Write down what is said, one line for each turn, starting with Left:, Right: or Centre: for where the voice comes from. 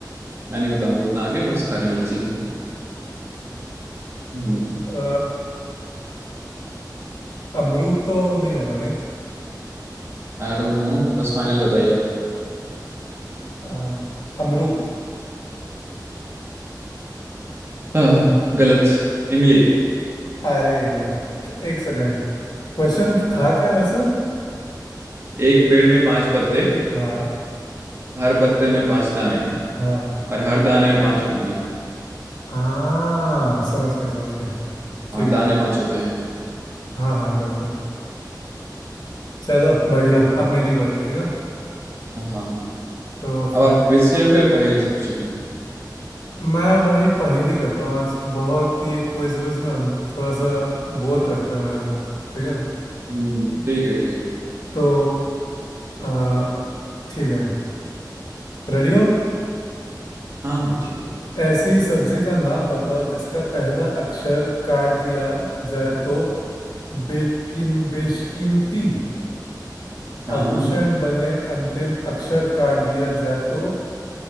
Right: मैं नहीं बताऊंगा उतना आगे बस खाने वाली चीज है हम्म
Left: अ, अमरूद तो नहीं होगा नहीं
Right: I don't know बस फाइनल बताइए आप
Left: अम, अमरूद
Right: आह, गलत इमली
Left: अरे यार एक सेकंड क्वेश्चन
Right: हाँ
Left: था क्या वैसे
Right: एक पेड़ में पांच पत्ते
Left: हाँ
Right: हर पत्ते में पांच दाने
Left: हाँ
Right: और हर दाने में पांच पन्नी
Left: हाँ समझ गया समझ गया ठीक
Right: हाँ दाने
Left: है ठीक
Right: पांच होते हैं
Left: हाँ हाँ बिल्कुल चलो बढ़िया अब मेरी बारी ठीक है
Right: हाँ
Left: तो
Right: अब
Left: फिर
Right: आप क्विज से या फिर पहेली से पूछेंगे
Left: मैं भाई पहेली करता हूँ आज बहुत ये क्विज विज ना थोड़ा सा बोर करता है मेरे को ठीक है
Right: हम्म ठीक है ठीक है
Left: तो आ, ठीक है रेडी हो
Right: हाँ हाँ ठीक है
Left: ऐसी सब्जी का नाम बताओ जिसका पहला अक्षर काट दिया जाए तो बेकिम बेशकीमती
Right: हाँ
Left: आभूषण
Right: हाँ
Left: बने अंतिम अक्षर काट दिया जाए तो